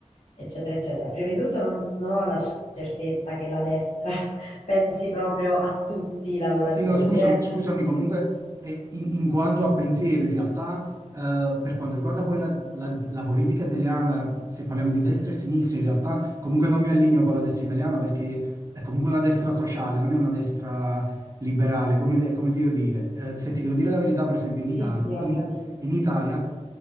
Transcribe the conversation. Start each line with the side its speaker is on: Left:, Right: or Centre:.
Left: eccetera, eccetera. Prima di tutto non, s- non ho la certezza che la destra <laughs> pensi proprio a tutti i lavoratori,
Right: Sì, no, scusami,
Left: eh.
Right: scusami, comunque eh, in, in quanto a pensiero, in realtà eh, per quanto riguarda poi la, la- la politica italiana, se parliamo di destra e sinistra, in realtà comunque non mi allineo con la destra italiana perché è comunque una destra sociale, non è una destra liberale, come, de- come ti devo dire. Eh, se ti devo dire la verità, per esempio
Left: Sì,
Right: in Italia,
Left: sì, sì,
Right: in
Left: ho capito.
Right: in Italia